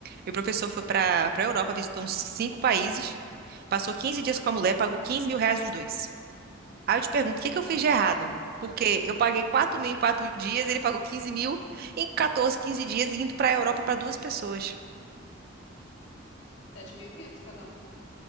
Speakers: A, on the right; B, on the left.
A: Meu professor foi para para a Europa, visitou uns cinco países, passou 15 dias com a mulher, pagou quinze mil reais os dois. Aí eu te pergunto, o que que eu fiz de errado? Porque eu paguei quatro mil em 4 dias, ele pagou quinze mil em 14, 15 dias, indo para a Europa para duas pessoas.
B: sete mil e quinhentos cada um.